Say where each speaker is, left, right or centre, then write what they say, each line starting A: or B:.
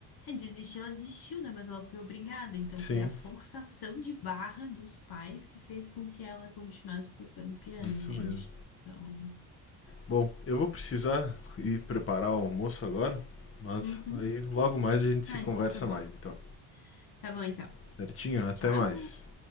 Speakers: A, on the left; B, on the left.
A: é, desistir, ela desistiu, né? Mas ela foi obrigada, então
B: Sim,
A: foi a forçação de barra dos pais que fez com que ela continuasse tocando piano,
B: isso
A: entende?
B: mesmo.
A: Então.
B: Bom, eu vou precisar ir preparar o almoço agora, mas
A: Uhum.
B: aí logo mais a gente se
A: Ah,
B: conversa
A: então tá bom.
B: mais, então.
A: Tá bom, então.
B: Certinho? Até
A: Tchau!
B: mais.